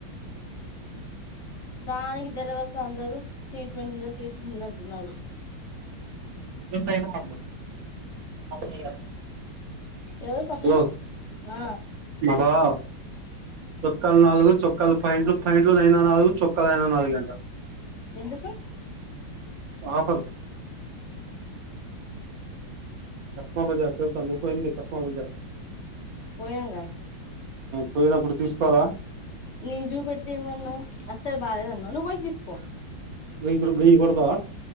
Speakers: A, on the left; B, on the right.
A: దానికి దెలవక అందరూ ట్రీట్మెంట్ ఉంద ట్రీట్మెంట్ ఉందంటున్నారు
B: మేం సైద్రాబాద్ లో <unintelligible>
A: ఎవరు పక్కన
B: బ్రో
A: ఆ
B: మా బావ చొక్కలు నాలుగు చొక్కాలు పాయింట్లు పాయింట్ అయినా నాలుగు చొక్కాల అయినా నాలుగె అంట
A: ఎందుకు
B: ఆఫర్ కస్మా బజార్ తెల్సా మీకుంది కస్మా బజార్
A: పోయాంగ
B: పోయినప్పుడు తీసుకోలా
A: నీ చూపెడితే ఏమన్నావ్ అస్తే బాలేదన్నావ్ నువ్వు పోయి తీసుకో కొ
B: నువ్వు ఇప్పుడు వెయ్యి కొడతావా